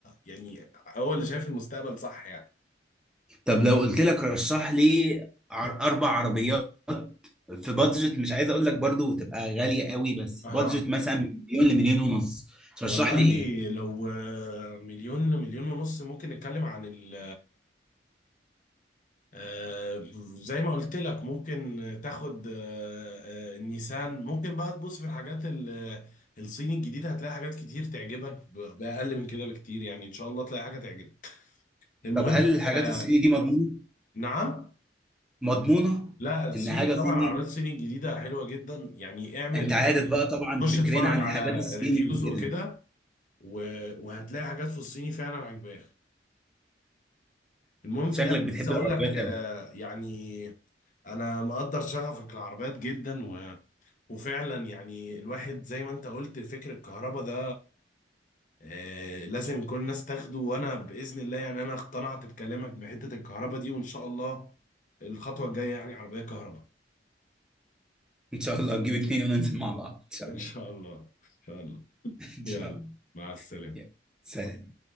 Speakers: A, on the left (about 45°); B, in the centre.
A: يعني هو اللي شايف المستقبل صح يعني
B: طب لو قلت لك رشح لي عر- اربع عربيات في بادجت مش عايز اقول لك برضو تبقى غالية قوي بس
A: اه
B: بادجت مثلا من مليون لمليون ونص ترشح
A: والله
B: لي ايه
A: لو آه، مليون مليون ونص ممكن نتكلم عن ال آه، زي ما قلت لك ممكن تاخد آه، آه، النيسان ممكن بقى تبص في الحاجات ال- الصيني الجديدة هتلاقي حاجات كتير تعجبك ب- بأقل من كده بكتير يعني إن شاء الله تلاقي حاجة تعجبك المهم
B: طب هل الحاجات
A: آه،
B: الصيني دي مضمونة
A: نعم
B: مضمونة
A: لا الصيني
B: ان حاجة
A: طبعا
B: صيني
A: العربيات الصيني الجديدة حلوة جدا يعني اعمل
B: انت عارف بقى طبعا
A: خش
B: فكرنا
A: اتفرج
B: عن
A: على
B: الحاجات الصيني
A: ريفيوز
B: وكده
A: وكده و- وهتلاقي حاجات في الصيني فعلا عجباك المهم
B: شكلك
A: في الآخر
B: بتحب
A: عايز أقول
B: العربيات
A: لك آه،
B: قوي
A: يعني أنا مقدر شغفك العربيات جدا وفعلا يعني الواحد زي ما انت قلت فكر الكهرباء ده آه لازم كل الناس تاخده وانا باذن الله يعني انا اقتنعت بكلامك بحته الكهرباء دي وان شاء الله الخطوه الجايه يعني عربيه كهرباء
B: ان شاء الله نجيب اتنين وننزل مع بعض ان شاء
A: ان
B: الله
A: شاء الله ان شاء الله
B: <laughs> ان
A: يلا
B: شاء الله
A: مع السلامه
B: يلا. سلام